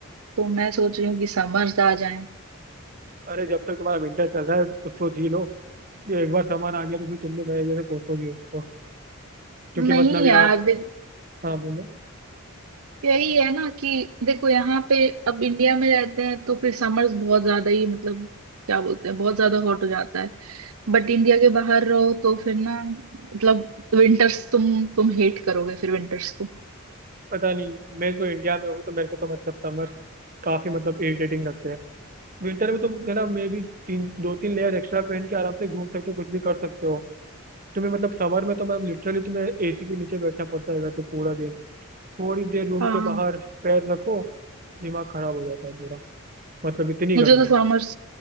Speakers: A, on the right; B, on the right.
A: तो मैं सोच रही हूँ कि समर्स आ जाए
B: अरे जब तक तुम्हारा विंटर चल रहा है उसको जी लो ये एक बार सामान आ गया तो फिर तुमने मेरे जैसे कोसोगी उसको क्योंकि
A: नहीं
B: मतलब यार
A: यार देख
B: हाँ बोलो
A: यही है ना कि देखो यहाँ पे अब इंडिया में रहते हैं तो फिर समर्स बहुत ज्यादा ही मतलब क्या बोलते हैं बहुत ज्यादा हॉट हो जाता है बट इंडिया के बाहर रहो तो फिर ना मतलब विंटर्स तुम तुम हेट करोगे फिर विंटर्स को
B: पता नहीं मैं तो इंडिया में हूँ तो मेरे को तो मतलब समर काफी मतलब इरिटेटिंग लगते हैं विंटर में तुम है ना मे भी तीन दो तीन लेयर एक्स्ट्रा पहन के आराम से घूम सकते हो कुछ भी कर सकते हो तुम्हें मतलब समर में तो मैं लिटरली तुम्हें एसी के नीचे बैठना पड़ता है तो पूरा दिन थोड़ी देर रूम
A: हाँ
B: के बाहर पैर रखो दिमाग खराब हो जाता है पूरा मतलब इतनी गर्मी
A: मुझे तो समर्स